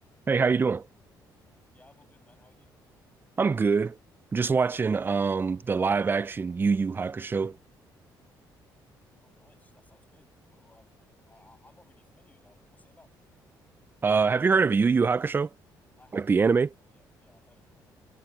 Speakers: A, on the right (about 25°); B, on the left (about 20°).
A: Hey, how you doing?
B: Yeah, I'm all good, man. How are you?
A: I'm good. I'm just watching um the live action Yu Yu Hakusho.
B: Oh, nice. That sounds good. Well, um, I, I- I'm not really familiar with that. What's it about?
A: Uh, have you heard of Yu Yu Hakusho?
B: I have
A: Like the
B: heard
A: anime?
B: of it before. Yeah, yeah, I've heard of it.